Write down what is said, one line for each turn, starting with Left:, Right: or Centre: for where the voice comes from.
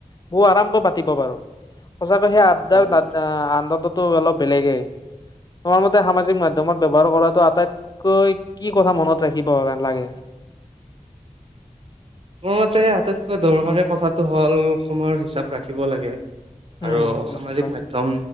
Left: বহু আৰামকৈ পাতিব পাৰো। সঁচাকৈ সেই আন্ড
Right: অ',
Left: আনন্দতো অলপ বেলেগেই। তোমাৰ মতে সামাজিক মাধ্যমত ব্যৱহাৰ কৰাটো আটাইতকৈ কি কথা মনত ৰাখিব নালাগে?
Right: মোৰ মতে আটাইতকৈ দৰকাৰী কথাটো হ'ল সময়ৰ হিচাপ ৰাখিব লাগে।
Left: উম
Right: আৰু
Left: সেইটো
Right: সামাজিক
Left: হয়।
Right: মাধ্যম